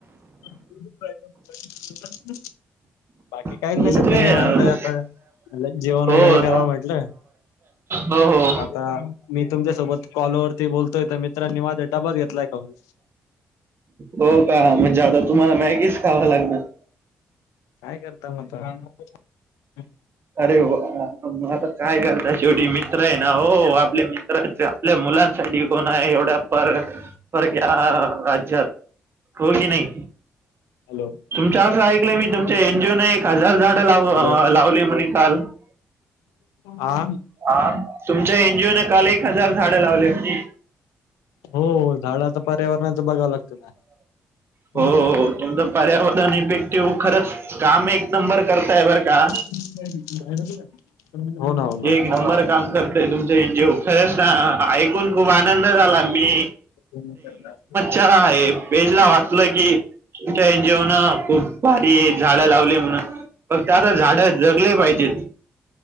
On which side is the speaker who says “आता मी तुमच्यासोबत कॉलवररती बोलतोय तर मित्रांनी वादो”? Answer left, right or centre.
Left